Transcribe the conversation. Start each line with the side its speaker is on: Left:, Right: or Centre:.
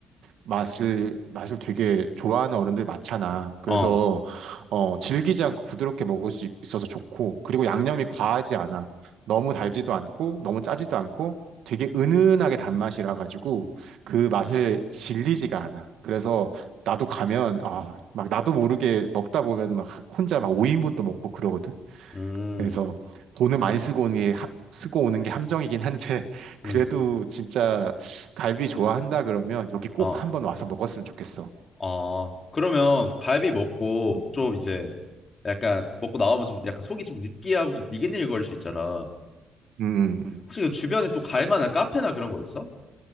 Right: 맛을 맛을 되게 좋아하는 어른들 많잖아. 그래서
Left: 어.
Right: 어, 질기지 않고 부드럽게 먹을 수 있- 있어서 좋고 그리고 양념이 과하지 않아. 너무 달지도 않고 너무 짜지도 않고 되게 은은하게 단맛이라 가지고 그 맛을 질리지가 않아. 그래서 나도 가면 아, 막 나도 모르게 먹다 보면 막 혼자 막 5인분도 먹고 그러거든.
Left: 음.
Right: 그래서 돈을 많이 쓰고 오는 게 하- 쓰고 오는 게 함정이긴 한데
Left: 음.
Right: <laughs> 그래도 진짜 갈비 좋아한다 그러면 여기 꼭
Left: 어.
Right: 한번 와서 먹었으면 좋겠어.
Left: 아, 그러면 갈비 먹고
Right: 음.
Left: 좀 이제 약간 먹고 나오면 좀 약간 속이 좀 느끼하고 좀 니글니글거릴 수 있잖아.
Right: 음, 음.
Left: 혹시 그 주변에 또 갈 만한 카페나 그런 거 있어?